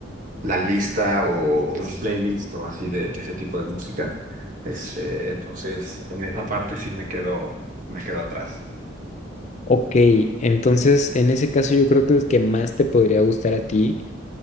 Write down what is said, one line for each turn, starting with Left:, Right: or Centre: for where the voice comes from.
Right: la lista o un playlist o así de, de ese tipo de música. Este, entonces, en esa parte sí me quedo, me quedo atrás.
Left: Ok, entonces en ese caso yo creo que el que más te podría gustar a ti